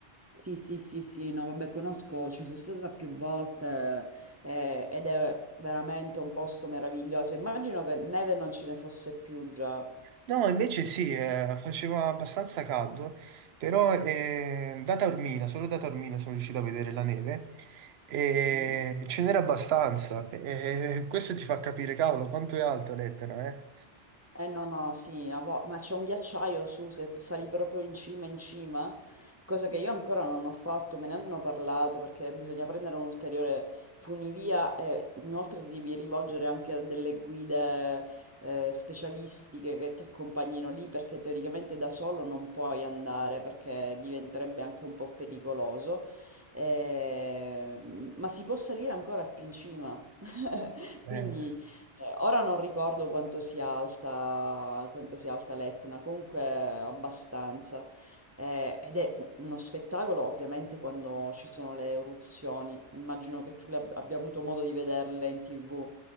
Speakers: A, on the right; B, on the right.
A: Sì, sì, sì, sì, no, vabbè, conosco, ci sono stata più volte eh, ed è veramente un posto meraviglioso. Immagino che neve non ce ne fosse più già.
B: No, invece sì, eh, faceva abbastanza caldo, però eh, da Taormina, solo da Taormina sono riuscito a vedere la neve e
A: Mhm.
B: ce n'era abbastanza. E questo ti fa capire, cavolo, quanto è alto l'Etna, eh?
A: Eh no, no, sì, a vo- ma c'è un ghiacciaio su, se sali proprio in cima, in cima, cosa che io ancora non ho fatto, me ne hanno parlato perché bisogna prendere un ulteriore funivia e inoltre ti devi rivolgere anche a delle guide eh, specialistiche che ti accompagnino lì perché teoricamente da solo non puoi andare perché diventerebbe anche un po' pericoloso. Eh, ma si può salire ancora più in cima, <laughs>
B: Eh,
A: quindi... Eh, Ora non ricordo quanto sia alta, quanto sia alta l'Etna, comunque abbastanza. Eh, ed è u- uno spettacolo ovviamente quando ci sono le eruzioni. Immagino che tu le ab- abbia avuto modo di vederle in TV.